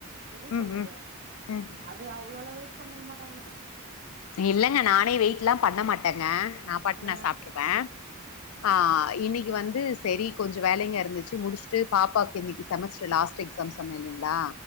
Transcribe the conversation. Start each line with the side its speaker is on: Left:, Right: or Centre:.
Right: எப்டி
Left: ம்
Right: சொல்றது
Left: ம் ம்
Right: அது அவ்ளோல வெயிட் பண்ணுக்க மாட்டாங்க
Left: இல்லங்க நானே வெயிட்லா பண்ண மாட்டேங்க நா பாட்டுனு
Right: ஆ
Left: நா சாப்ருப ஆ இன்னிகு கி வந்து செரி கொஞ்ச வேலைங்க இருந்துச்சு முடிஸ்ட்டு பாப்பாக்கு இன்னைக்கு செமஸ்டர் லாஸ்ட் எக்ஸாம் சொன்னே இல்லிங்ளா